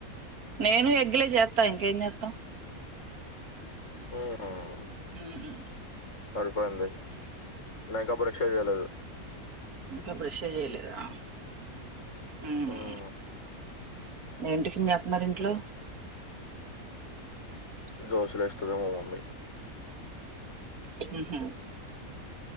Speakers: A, on the right; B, on the left.
A: నేను ఇగ్లె చేత ఇంకేం చేతం
B: హ్మ్ హూ
A: హ్మ్
B: సరిపోయింది నేను ఇంకా బ్రష్ చేయలేదు
A: ఇంకా బ్రష్ ఏ చేయలేదా హ్మ
B: ఉహు,
A: ఏం టిఫెన్ చేత్ మరి ఇంట్లో
B: ఉహు. దోశలు ఎస్తది మా మమ్మీ
A: హ్మ్ హ్మ